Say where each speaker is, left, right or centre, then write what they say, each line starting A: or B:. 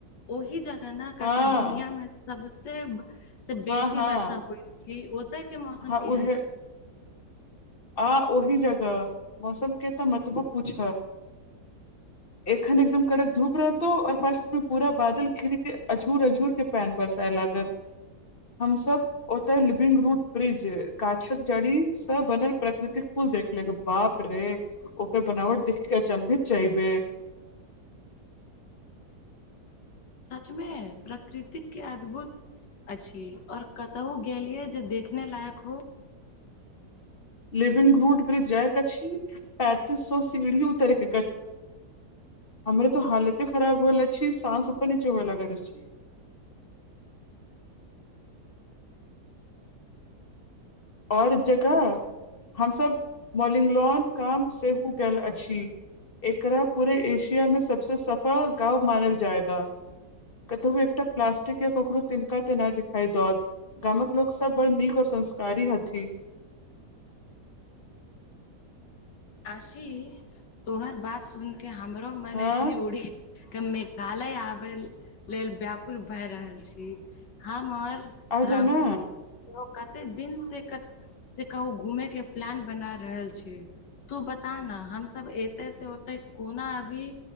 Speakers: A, on the left; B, on the left.
A: ओहि जगह न कहते
B: हँ
A: दुनिया सबसे से
B: हँ
A: बेसी
B: हँ
A: वर्षा होइ छै ओते के मौसम
B: हँ
A: केहन
B: उहे
A: छै
B: आ ओहि जगह मौसम के तऽ मतबो पूछ एखन एकदम कड़क धूप रहतो और पशमे पूरा बादल घिर के अजूर पैंन परसाइ लाग हम सब ओते लिविंग रूट ब्रिज गाछक जड़ी <unintelligible> से बनल प्रकृतिक कुल देखलेके बाप रे ओकर बनावट देखिक के अचंभित आइबेर
A: सचमे प्रकृतिक के अद्भुत अछि और कतहु गेलिये जे देखने लायक हो
B: लिविंग रूड ब्रिज जाइत क पैंतीस सए सीढ़ी उतरके हमरे तऽ हालत खराब होले अछि सास उपर नचे हो लगैत अछि
A: पुछ त सु <unintelligible>
B: आओर जगह हमसब मॉलिंगलॉन गाम सेहो गेल अछि एकरा पूरे एशिया मे सबसे सफल गांव मानल जायला कतौ एकटा प्लास्टिक या ककरो तिनका ते नहि दिखाई द गामक लोग सब बड़ नीक और संस्कारी संसकारी हथी
A: आशी तोहर बात सुन के हमरो मन
B: हँ
A: एखनी के मेघालय आबे लेल व्याकुल भए रहल छी हम आओर
B: आ जा
A: राहुल
B: ने
A: कतेक दिन से कते से कहू घूमे के प्लान बना रहल छी तू बता न हम सब एते से कोना अभी